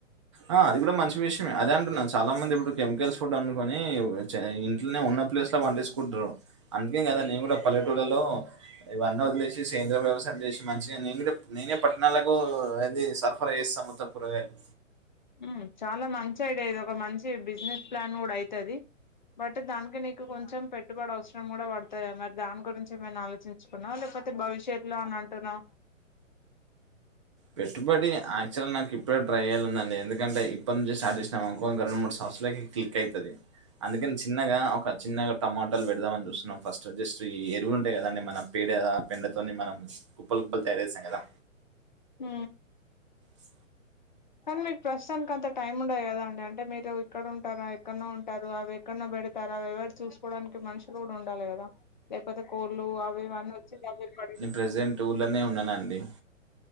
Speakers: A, on the right (about 25°); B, on the left (about 35°).
A: ఆ అది కూడా మంచి విషయే అదే అంటున్నా చాలా మంది ఇప్పుడు కెమికల్స్ ఫుడ్ అ కొని చ్ ఇంట్లోనే ఉన్న ప్లేస్ లో పండిచుకుంటారు అందుకే కదా నేను కూడా పల్లెటూళ్లలో ఇవన్నీ వదిలేసి సేంద్రం వ్యవసాయం చేసి మంచిగా నేను నేనే పట్టణాలకు ఏది సరఫరా చేస్తాం మొత్తం కూరగాయలు
B: ఉ చాలా మంచి ఐడియా ఇది ఒక మంచి బిజినెస్ ప్లాన్ కూడా అయితది బట్ దానికి నీకు కొంచెం పెట్టుబడి అవసరం కూడా పడతాయా మరి దాని గురించి ఏమైనా ఆలోచించ చుంకున్నా లేకపోతే భవిష్యత్లో అని అంటున్నావ
A: పెట్టుబడి యాక్చువల్గా నాకు ఇప్పుడ ట్ర పెట్టుబడి యాక్చువల్ ఇప్పుడే ట్రయల్ ఉందండి ఎందుకంటే ఇప్పటి నుంచి స్టార్ట్ చేసినము ఇంకొక రెండు మూడు సంవత్సరాలకి క్లిక్ అయితది అందుకని చిన్నగా ఒక చిన్నగా టమాటాలు పెడదామని చూస్తు ఫస్ట్ జస్ట్ ఈ ఎరువులు ఉంటాయి కదాండి మన పేడ పెండతోని మనం కుప్పలు కుప్పలు తయారు చేస్తాం కదా
B: ఉ
A: చ్
B: కానీ మీకు ప్రస్తుతానికి అంత టైం ఉండదు కదాండి అంటే మీరు ఎక్కడుంటరు ఎక్కడో పెడతారు ఎక్కడ ఎక్కడ ఉంటారు ఎక్కడో ఉంటారు అవిఎక్కడనా పెడతారు అవి ఎవరు చూసుకోవడానికి మనుషులు కూడా ఉండాలి కదా లేకపోతే కోళ్ళు అవి ఇవి అన్ని వచ్చి దాంట్లోకి పడిపోతాయి
A: ప్రజెంట్ ఊళ్ళనే ఉన్నానండి